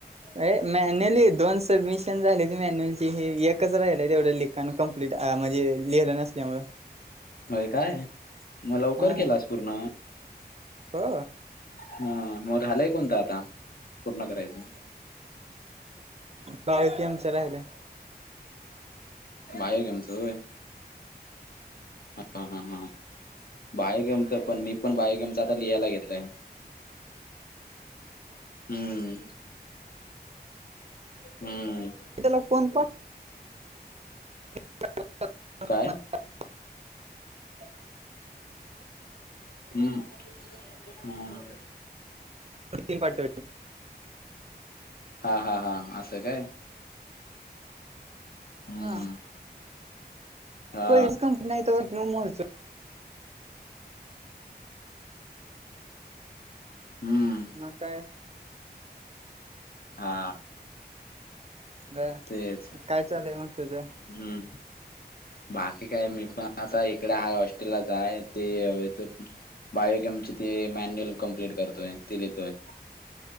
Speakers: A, on the right (about 40°); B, on the left (about 60°).
A: अ मॅन्युअली दोन सबमिशन झाली ती मॅन्युअलची ही एकच राहिले तेवढ्या लिखाण कम्प्लीट म्हणजे लिहिलं नसल्यामुला
B: होय काय? मग लवकर
A: हा
B: केलास पूर्ण
A: हो
B: ह मग झालाय कोणत आता पूर्ण करायचं
A: बाळकी आमचं राहिलंय
B: बाहे गेम च होय. हा हा हा बाहे गेमचं पण मी पण बाहे गेमच आता लिहायला घेतलंय? हुम्म हम्म
A: ला कोण पाण <inaudible>
B: काय हम्म हम्म
A: तीन पार्ट
B: हा हा हा असं काय. हम्म
A: हा
B: हा
A: पहिलीच कंपनी नाही कि मोरच
B: हुम्म
A: म ग काय
B: हा
A: ग
B: तेच
A: काय चालेल मग तुज
B: हम्म बाकी काय मी पण आता इकडे आहे हॉस्टेललाच आहे ते ह बायक आमची ती मॅन्युअल कम्प्लीट करतोय ती लहेतोय